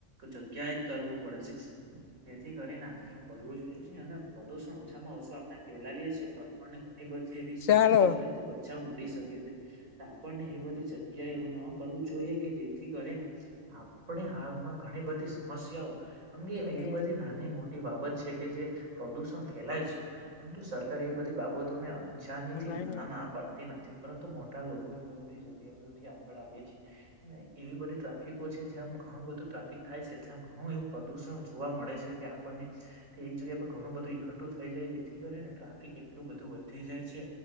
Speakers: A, on the right; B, on the left.
A: જગ્યાએ જ તરવું પડે છે જેથી કરીને આપણે. કરવું જોઈએ. નહી પ્રદુષણ ઓછામાં ઓછું આપણે ફેલાવીએ છીએ તો આપણને ઘણી બધી એવી સમસ્યાઓ
B: ચાલો
A: થી બચાવ મળી શકે. છે ત. આપને એ બધી જગ્યાએ એવ ન કરવું જોઈએ કે જેથી કરીને આપણે હાલમાં ઘણી બધી. સમસ્યાઓ અંગે
B: એ
A: એવી
B: બે
A: બધી નાની મોટી બાબત છે કે જે પ્રદુષણ ફેલાય છે. પરંતુ સરકાર એ બધી બાબતોને અંશાની
B: સંભળાય
A: થી ના
B: ને એમ
A: ના પાડતી નથી. પરંતુ મોટા લોકો એવા બધી જગ્યાઓથી આગળ આવે છે. અને એવી બધી ટ્રાફિકો છે જ્યામ ઘણું બધું ટ્રાફિક થાય છે. ત્યા ઘણું એવું પ્રદુષણ જોવા મ મળે છે કે આપણને તે એક જગ્યા પર ઘણું બધું ઈખટુ થઈ જાય જેથી કરીને ટ્રાફિક એટલું બધું વધી જાય છે.